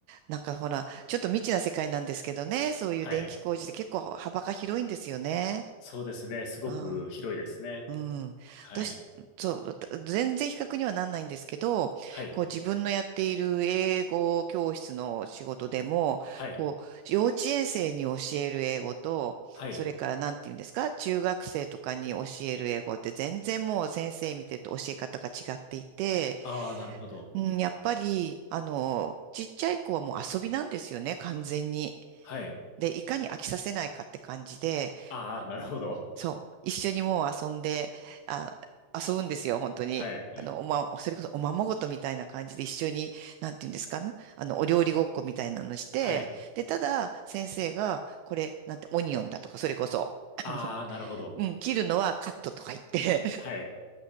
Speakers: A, on the right (about 80°); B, on the left (about 65°).
A: なんかほら、ちょっと未知な世界なんですけどね。そういう電気工事って結構幅が広いんですよね。
B: はい。そうですね。すごく広いですね。
A: ああ。うん。
B: はい。
A: 私、そう、た全然比較にはなんないんですけど、
B: はい。
A: こう自分のやっている英語教室の仕事でも、
B: はい。
A: こう幼稚園生に教える英語と、
B: はい。
A: それからなんて言うんですか、中学生とかに教える英語って全然もう先生見てると教え方が違っていて、
B: ああ、なるほど。
A: うん、やっぱり、あの、ちっちゃい子はもう遊びなんですよね、完全に。
B: はい。
A: で、いかに飽きさせないかって感じで、
B: ああ、なるほど。
A: そう。一緒にもう遊んで、あ、遊ぶんですよ、本当に。
B: はい。
A: あの、おま、それこそおままごとみたいな感じで一緒に、なんていうんですかね。あの、お料理ごっこみたいなのして、
B: はい。
A: で、ただ、先生が、これ、なんて、オニオンだとか、それこそ、
B: ああ、
A: あの、
B: なるほど。
A: うん、切るのはカットとか言って、
B: はい。